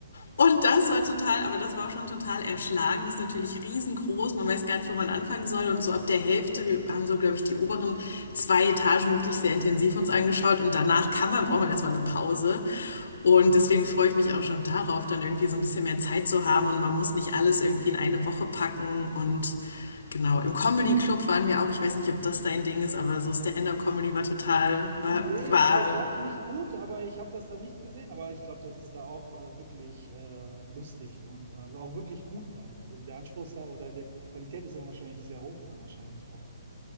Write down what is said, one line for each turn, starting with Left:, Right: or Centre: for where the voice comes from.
Left: Und das war total, aber das war auch schon total erschlagen. Das ist natürlich riesengroß. Man weiß gar nicht, wo man anfangen soll. Und so ab der Hälfte, wir haben so, glaube ich, die oberen zwei Etagen wirklich sehr intensiv uns angeschaut. Und danach kann man, braucht man erstmal eine Pause. Und deswegen freue ich mich auch schon darauf, dann irgendwie so ein bisschen mehr Zeit zu haben. Und man muss nicht alles irgendwie in eine Woche packen. Und genau, im Comedy Club waren wir auch. Ich weiß nicht, ob das dein Ding ist, aber so Stand-up-Comedy war total, war,
Right: Ah, Nee,
Left: war
Right: also doch, finde ich gut, aber ich habe das da nicht gesehen. Aber ich glaube, das ist da auch äh, wirklich äh, lustig und also auch wirklich gut dann. Also der Anspruch ist da oder der, die Qualität ist dann wahrscheinlich sehr hoch dann wahrscheinlich dort.